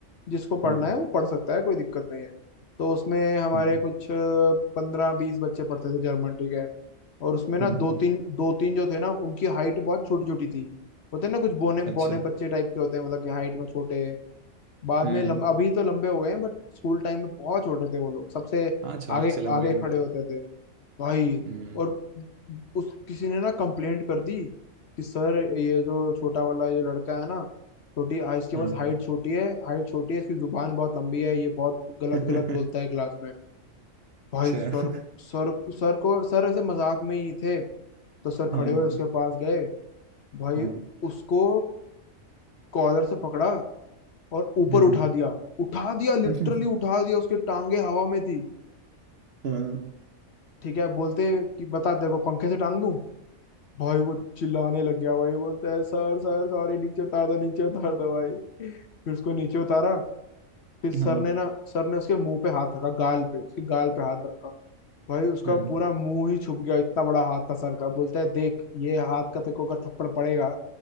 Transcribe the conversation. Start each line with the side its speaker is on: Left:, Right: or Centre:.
Left: जिसको पढ़ना
Right: हाँ
Left: है वो पढ़ सकता है कोई दिक्कत नहीं है तो उसमें हमारे
Right: हम्म
Left: कुछ पंद्रह बीस बच्चे पढ़ते थे जर्मन ठीक है और उसमें ना
Right: हम्म
Left: दो
Right: हम्म,
Left: तीन दो तीन जो थे ना उनकी हाइट बहुत छोटी छोटी थी होते हैं ना कुछ बौने
Right: अच्छा
Left: बौने बच्चे टाइप के होते हैं मतलब कि हाइट में छोटे बाद
Right: हम्म
Left: में लंब, अभी तो लंबे हो गए हैं बट स्कूल टाइम में बहुत छोटे थे वो लोग सबसे
Right: हाँ अचानक
Left: आगे
Right: से लंबे
Left: आगे
Right: ही
Left: खड़े
Right: होते
Left: होते
Right: हैं।
Left: थे भाई
Right: हम्म
Left: और उस किसी ने ना कंप्लेंट कर दी कि सर ये जो छोटा वाला ये लड़का है ना छोटी आ, इसके
Right: हाँ
Left: बस हाइट
Right: हाँ
Left: छोटी है हाइट छोटी है इसकी जुबान बहुत लंबी है ये बहुत गलत
Right: <laughs>
Left: गलत बोलता है क्लास में भाई
Right: अच्छा
Left: सर सर सर को सर ऐसे मजाक में ही थे तो सर
Right: हाँ
Left: खड़े हुए उसके पास गए भाई
Right: हाँ
Left: उसको कॉलर से पकड़ा और ऊपर
Right: हम्म
Left: उठा दिया उठा दिया लिटरली
Right: <laughs>
Left: उठा दिया उसके टांगे हवा में थी
Right: हाँ
Left: ठीक है बोलते कि बता तेरे को पंखे से टांग दूं, भाई वो चिल्लाने लग गया भाई बोलता है सर सर सॉरी नीचे उतार दो नीचे उतार दो भाई फिर उसको नीचे उतारा फिर सर
Right: हाँ
Left: ने ना सर ने उसके मुंह पे हाथ रखा गाल पे उसके गाल पे हाथ रखा भाई उसका
Right: हाँ
Left: पूरा मुंह ही छुप गया इतना बड़ा हाथ था सर का बोलता है देख ये हाथ का तेरे को अगर थप्पड़ पड़ेगा